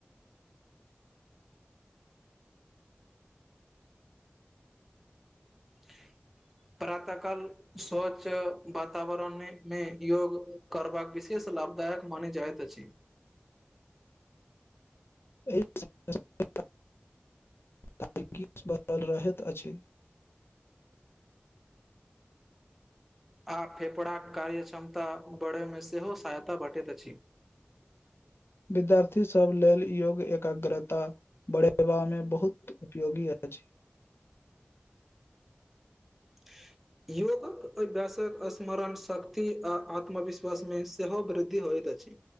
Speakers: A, in the centre; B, on the left.
A: <inaudible> <inaudible> प्रातः काल स्वछ्य वातावरण मे योग करबाक विशेष लाभदायक मान जायत अछि
B: एहि <unintelligible> ताक बल रत अछि <unintelligible>
A: आ फेफड़ाक कार्य क्षमता बढ़यमे सेहो सहायता भेटैत अछि <inaudible>
B: विद्यार्थी सभ लेल योग एकाग्रता बढ़ैत सेवामे बहुत उपयोगी अछि
A: <inaudible> योगक अभ्यासक स्मरण शक्ति आ आत्मविश्वास मे सेहो वृद्धि होयइत चची